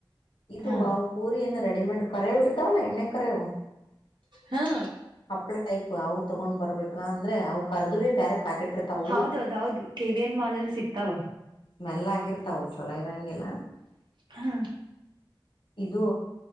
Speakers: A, on the left (about 75°); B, on the right (about 65°).
A: ಇದು
B: ಹಾ
A: ಪೂರಿ ಏನ್ನು ರೆಡಿಮೇಡ್ ಕರವು ಇರ್ತಾವಲ್ಲ ಎಣ್ಣೆ ಕರವು
B: ಹಾ
A: ಹಪ್ಳ ಟೈಪ್ ಅವು ತಗೊಂಡ್ ಬರ್ಬೇಕಾ ಅಂದ್ರೆ ಅವು ಕರ್ದುವೇ ಬೇರೆ ಪ್ಯಾೆಟ್ರ್ತ <unintelligible>
B: ಹೌದೌ ಹೌದು ಕೆ ವಿ ಎನ್ ಮಾಲ್ ಅಲ್ಲಿ ಸಿಗ್ತಾವ
A: ಸ್ಮೆಲ್ ಆಗಿರ್ತಾವರು ಚೊಲೋ ಇರೋಂಗಗೆಲ್ಲ
B: ಹಾ
A: ಇದು